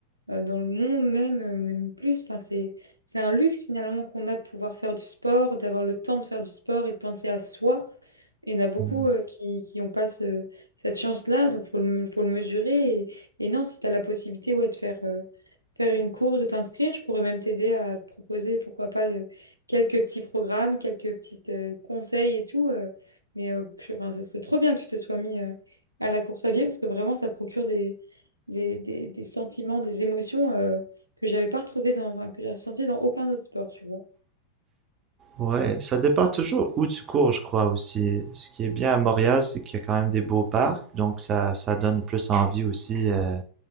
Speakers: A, on the right; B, on the right.
A: euh, dans le monde même, euh, même plus. Enfin, c'est, c'est un luxe finalement qu'on a de pouvoir faire du sport, d'avoir le temps de faire du sport et de penser à soi. Il y en a beaucoup
B: mhm.
A: euh, qui, qui ont pas ce- cette chance-là, donc faut le, faut le mesurer. Et, et non, si tu as la possibilité ouais, de faire, euh, faire une course, de t'inscrire, je pourrais même t'aider à te proposer, pourquoi pas, euh, quelques petits programmes, quelques petits conseils et tout. euh, mais euh, je- enfin, c'est c'est trop bien que tu te sois mis euh, à la course à pied parce que vraiment, ça procure des, des- des sentiments, des émotions euh, que j'avais pas retrouvées dans, enfin, que j'ai ressenties dans aucun autre sport, tu vois.
B: Ouais, ça dépend toujours où tu cours, je crois aussi. Ce qui est bien à Montréal, c'est qu'il y a quand même des beaux parcs, donc ça, ça donne plus envie aussi. euh,